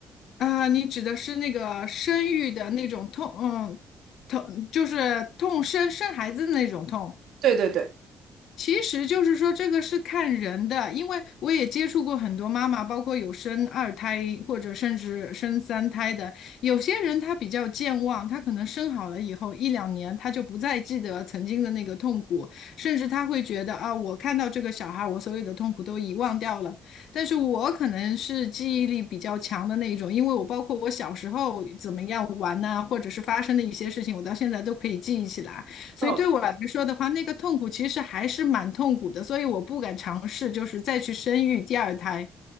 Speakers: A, on the left; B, on the right.
A: 啊，你指的是那个生育的那种痛，嗯，痛就是痛生生孩子的那种痛。
B: 对对对，
A: 其实就是说，这个是看人的，因为我也接触过很多妈妈，包括有生二胎或者甚至生三胎的。有些人他比较健忘，他可能生好了以后一两年，他就不再记得曾经的那个痛苦，甚至他会觉得啊，我看到这个小孩，我所有的痛苦都遗忘掉了。但是我可能是记忆力比较强的那一种，因为我包括我小时候怎么样玩呐、或者是发生的一些事情，我到现在都可以记忆起来。所以对我来说的话，
B: 嗯，
A: 那个痛苦其实还是蛮痛苦的，所以我不敢尝试，就是再去生育第二胎。